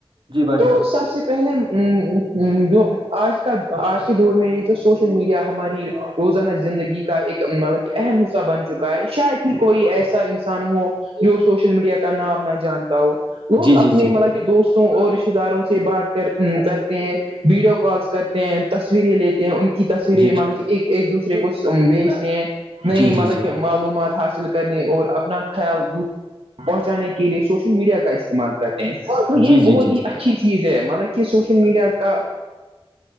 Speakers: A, on the right; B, on the right.
A: جی بھائی
B: تو
A: جان
B: سب سے پہلے ا آج کا آج کے دور میں سوشل میڈیا ہماری روزانہ زندگی کا ایک مطلب کہ اہم حصہ بن چکا ہے شاید کوئی ایسا انسان ہو جو سوشل میڈیا کا نام نہ جانتا ہو وہو
A: جی جی
B: اپنے
A: جی
B: مطلب دوستوں اور رشتے داروں سے بات کر کرتے ہیں ویڈیو کالس کرتے ہیں تصویریں لیتے ہیں ان کے کی تصویریں
A: جی
B: مطلب کہ ایک ایک دوسرے کو بیجتے ہیں نہیں
A: جی جی
B: مطل
A: جی
B: معلومات حاصل کرنے اور اپنا خیال دوسر پہنچانے کے لیے سوشل میڈیا کا استعمال کرتے ہیں تو یہ
A: جی
B: بہت
A: جی جی جی
B: ہی اچھی چیز ہے مل یہ سوشل میڈیا کا